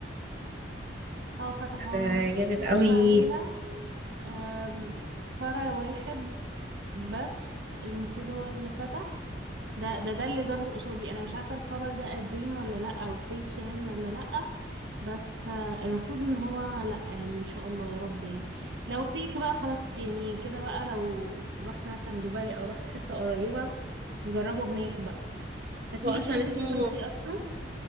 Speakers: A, on the right; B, on the right.
A: اه فتح هو
B: ده
A: عملت
B: جامد
A: سيرش
B: قوي
A: عليها آم، فرع واحد بس المفروض هو اللي فتح ده ده ده اللي ظهر قصادي انا مش عارفة الخبر ده قديم ولا لا او فيك يعني ولا لا بس آه، المفروض ان هو لا يعني ان شاء الله يا رب يعني لو فيك بقى خلاص يعني كده بقى لو رحت مثلا دبي او رحت حتة قريبة نجربه هناك بقى بس
B: هو
A: انتي
B: اصلا
A: بتحبي
B: اسمه
A: السبايسي اصلا